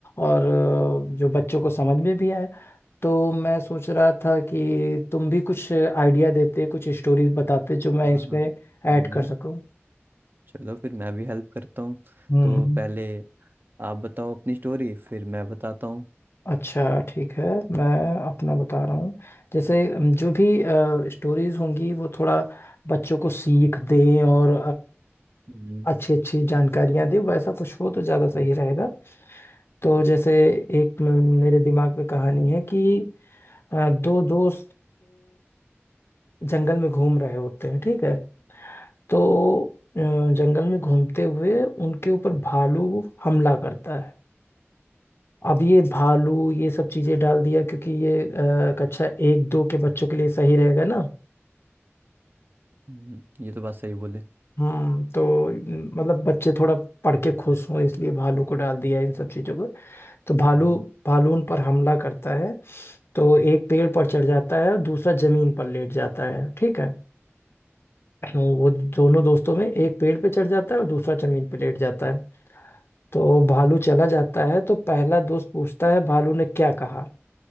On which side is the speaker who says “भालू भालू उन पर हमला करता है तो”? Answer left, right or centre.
Left